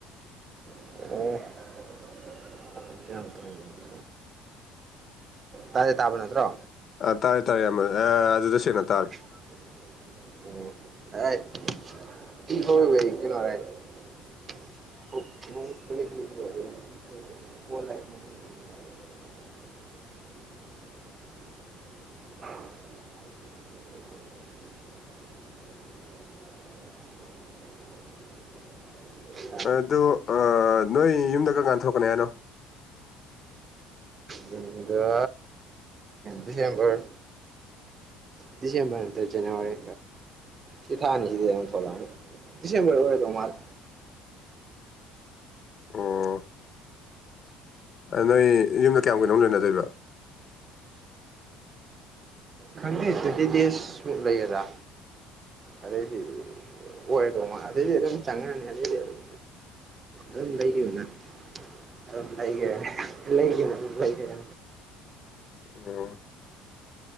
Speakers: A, on the right (about 30°); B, on the left (about 40°).
A: ꯑꯣ ꯇꯥꯥꯗꯤ ꯇꯥꯕ ꯅꯠꯇ꯭ꯔꯣ
B: ꯑꯥ ꯇꯥꯔꯦ ꯇꯥꯔꯦ ꯢꯌꯥꯝꯕ ꯑ ꯑꯗꯨꯗ ꯁꯦꯡꯅ ꯇꯥꯔꯦ
A: ꯑꯣ ꯌꯥ <unintelligible> ꯅꯣꯡ ꯄꯠꯂꯤ ꯄꯠꯂꯤ ꯆꯨꯕ <unintelligible>
B: ꯑꯗꯨ ꯑ ꯅꯣꯏ ꯌꯨꯝꯗ ꯀꯔꯝꯀꯥꯟ ꯊꯣꯛꯛꯀꯅꯤ ꯍꯥꯏꯅꯣ
A: ꯌꯨꯝꯗ ꯗꯤꯁꯦꯝꯕꯔ ꯗꯤꯁꯦꯝꯕꯔꯗ ꯅꯠꯇꯔ ꯖꯅꯋꯥꯔꯤ ꯁꯤ ꯊꯥ ꯑꯅꯤꯁꯤꯗꯩ ꯑꯃ ꯊꯣꯛꯂꯛꯑꯅꯤ ꯗꯤꯁꯦꯝꯕꯔꯗ ꯑꯣꯏꯔꯗꯧ ꯃꯥꯜꯂꯦ
B: ꯑꯣ ꯅꯣꯏ ꯌꯨꯝꯗ ꯀꯌꯥꯝ
A: ꯗꯤꯁꯦꯝꯕꯔ
B: ꯀꯨꯏꯅ ꯂꯩꯅꯗꯣꯏꯕ
A: ꯑꯣꯏ ꯈꯪꯗꯦ ꯇ꯭ꯋꯦꯟꯇꯤ <inaudible> ꯗꯦꯖꯃꯨꯛ ꯂꯩꯒ꯭ꯔꯥ ꯑꯗꯩꯗꯤ ꯑꯣꯏꯗꯧ <inaudible> ꯑꯗꯨꯗꯩꯗꯤ ꯑꯗꯨꯝ ꯆꯪꯉꯅꯤ ꯑꯗꯨꯗꯩꯗꯤ ꯑꯗꯨꯝ ꯑꯗꯨꯝ ꯂꯩꯒꯤꯕꯅ ꯑꯗꯨꯝ ꯂꯩꯒꯔꯦꯗꯅ ꯂꯩꯒꯤꯕꯅ ꯑꯗꯨꯝ ꯂꯩꯒꯔꯦ
B: ꯑꯝ